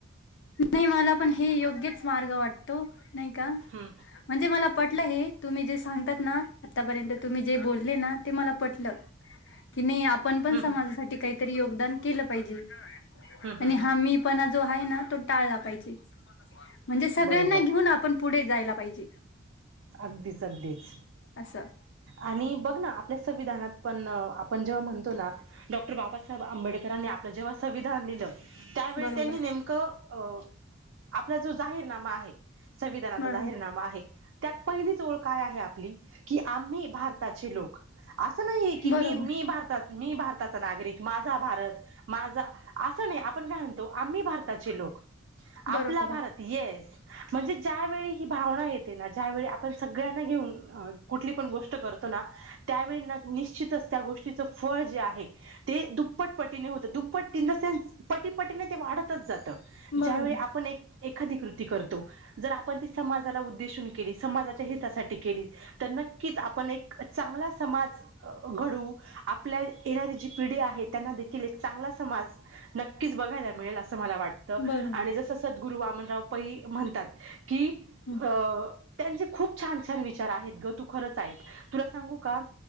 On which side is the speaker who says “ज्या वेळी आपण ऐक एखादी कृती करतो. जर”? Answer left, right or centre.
Right